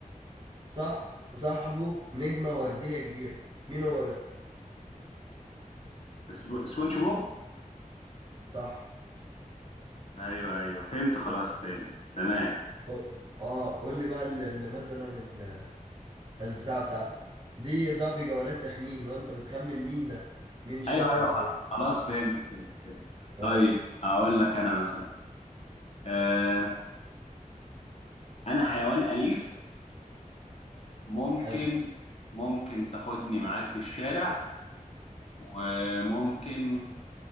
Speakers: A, on the right (about 35°); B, on the left (about 45°).
A: صح صاحبه نجمة وردية كبيرة مين هو ده
B: سب- سبونج بوب
A: صح
B: أيوه أيوه فهمت خلاص فهمت تمام
A: قول- اه قول لي بقى اللي اللي مثلا ال- البتاعة بتاعتي دي يا صاحبي جولات تخمين لو انت بتخمن مين ده مين الشخص
B: أيوه أيوه
A: ده
B: خ-
A: فين
B: خلاص فهمت فهمت فهمت
A: اه
B: طيب أقول لك أنا مثلا آه أنا حيوان أليف ممكن
A: حلو
B: ممكن تاخدني معاك في الشارع وممكن